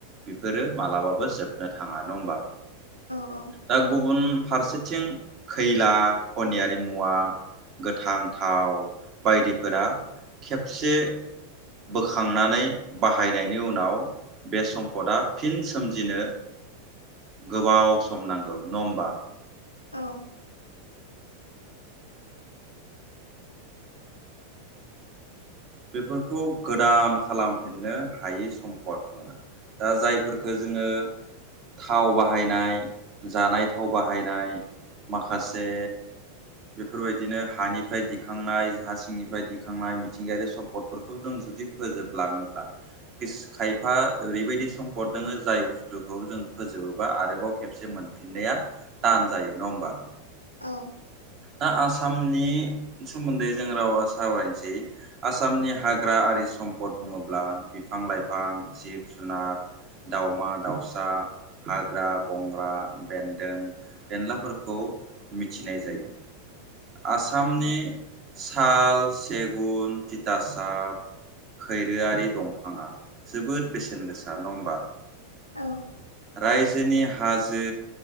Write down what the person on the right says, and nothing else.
बेफोरो मालाबाबो जोबनो थाङा नङा ओमबा
दा गुबुन फारसेथिं खैला खनियारि मुवा गोथां थाव बायदिफोरा खेबसे बोखांनानै बाहायनायनि उनाव बे सम्पदा फिन सोमजिनो गोबाव सम नांगौ नङा ओमबा
बेफोरखौ गोदान खालामफिननो हायि सम म्पद बुङो दा जायफोरफोरखौ जोङो थाव बाहायनाय जानाय थाव बाहायनाय माखासे बेफोरबायदिनो हानिफ्राय दिखांनाय हा सिंनिफ्राय दिखांनाय मिथिंगायारि सम्पदफोरखौ जों जुदि फोजोबलाङोब्ला खायफा ओरैबायदि सम सम्पद दोङो जाय बुस्थुखौ जों फोजोबोबा आरोबाव खेबसे मोनफिननाया थान जायो नङा ओमबा
दा आसामनि सोमोन्दै जों रावा सावरायनोसै आसामनि हाग्रा आरि सम्पद बुङोब्ला बिफां लाइफां जिब जुनार दावमा दाउसा हाग्रा बंग्रा बेन्दों बेनलाफोरखौ मिथिनाय जायो आसामनि साल सेगुन तिथासाब खैरोआरि दंफाङा जोबोद बेसेन गोसा नङा ओमबा
रायजोनि हाजो